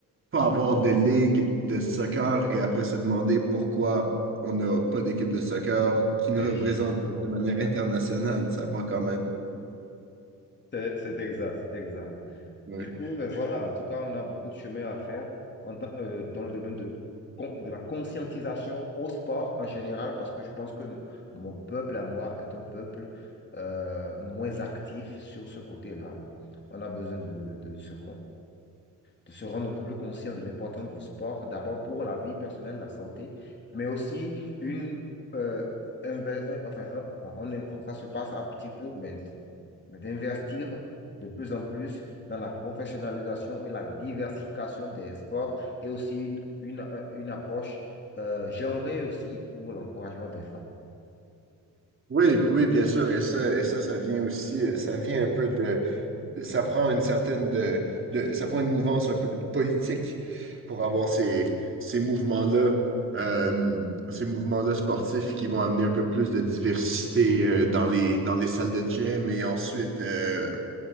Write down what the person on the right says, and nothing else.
pas avoir de ligue de soccer et après se demander pourquoi on n'a pas d'équipe de soccer qui nous
représente de manière <laughs> internationale. Ça prend quand même. euh,
ouais.
Oui, oui, bien sûr, et ça, et ça, ça vient aussi, euh, ça vient un peu de, ça prend une certaine de, de- ça prend une mouvance un peu politique pour avoir ces, ces mouvements-là, euh, ces mouvements-là sportifs qui vont amener un peu plus de diversité euh, dans les, dans les salles de gym et ensuite euh,